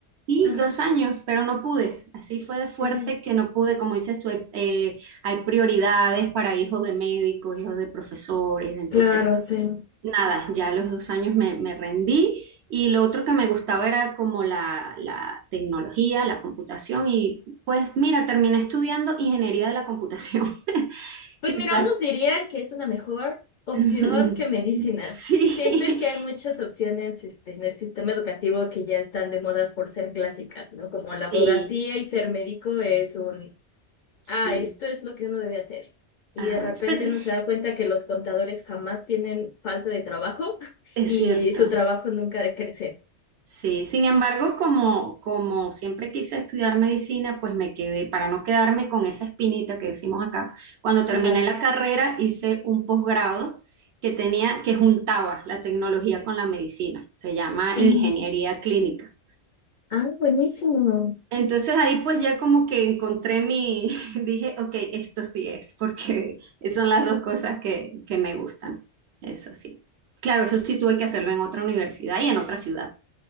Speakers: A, on the right; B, on the left.
A: sí,
B: Ajá.
A: dos años, pero no pude. Así fue de
B: Sí,
A: fuerte que no pude, como dices tú, hay eh, hay prioridades para hijos de médicos, hijos de profesores, entonces...
B: claro, sí.
A: Nada, ya a los dos años me, me rendí y lo otro que me gustaba era como la, la tecnología, la computación y pues mira, terminé estudiando ingeniería de la computación. <laughs>
B: Pues
A: Quizás.
B: mira, unos dirían que es una mejor opción
A: <laughs>
B: que medicina.
A: Sí,
B: Siento que hay muchas opciones, este, en el sistema educativo que ya están de modas por ser clásicas, ¿no? Como
A: sí,
B: la abogacía y ser médico es un,
A: sí.
B: ah, esto es lo que uno debe hacer. Y
A: Ajá.
B: de repente
A: Espe-
B: uno se da cuenta que los contadores jamás tienen falta de trabajo <laughs>
A: Es
B: y
A: cierto.
B: su trabajo nunca decrece.
A: Sí, sin embargo, como, como siempre quise estudiar medicina, pues me quedé, para no quedarme con esa espinita que decimos acá, cuando terminé
B: Ajá.
A: la carrera hice un posgrado que tenía, que juntaba la tecnología con la medicina, se llama
B: Mm.
A: ingeniería clínica.
B: Ah, buenísimo.
A: Entonces ahí pues ya como que encontré mi, <laughs> dije, ok, esto sí es, porque son las dos cosas que, que me gustan, eso sí. Claro, eso sí tuve que hacerlo en otra universidad y en otra ciudad.